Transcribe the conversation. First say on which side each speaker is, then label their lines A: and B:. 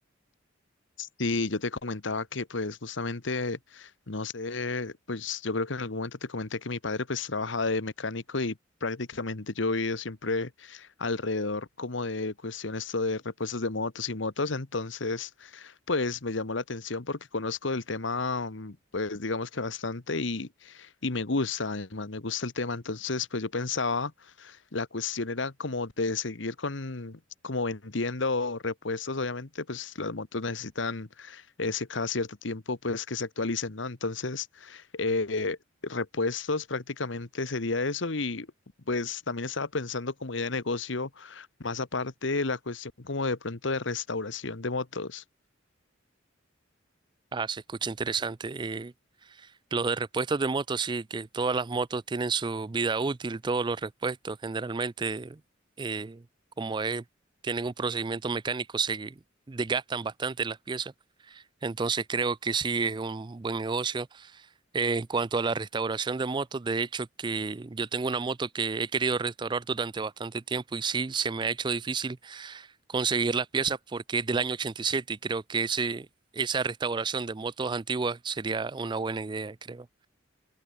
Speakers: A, on the left; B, on the right.
A: Sí, yo te comentaba que pues justamente, no sé, pues yo creo que en algún momento te comenté que mi padre pues trabaja de mecánico y prácticamente yo he vivido siempre alrededor como de cuestiones esto de repuestos de motos y motos, entonces pues me llamó la atención porque conozco del tema mm, pues digamos que bastante y, y me gusta, además me gusta el tema, entonces pues yo pensaba la cuestión era como de seguir con, como vendiendo repuestos, obviamente, pues las motos necesitan ese cada cierto tiempo, pues que se actualicen, ¿no? Entonces, eh, repuestos prácticamente sería eso y pues también estaba pensando como idea de negocio, más aparte de la cuestión como de pronto de restauración de motos.
B: Ah, se escucha interesante. Eh, Los de repuestos de motos, sí, que todas las motos tienen su vida útil, todos los repuestos generalmente, eh, como es, tienen un procedimiento mecánico, se desgastan bastante las piezas. Entonces creo que sí es un buen negocio. Eh, en cuanto a la restauración de motos, de hecho que yo tengo una moto que he querido restaurar durante bastante tiempo y sí, se me ha hecho difícil conseguir las piezas porque es del año 87 y siete y creo que ese, esa restauración de motos antiguas sería una buena idea, creo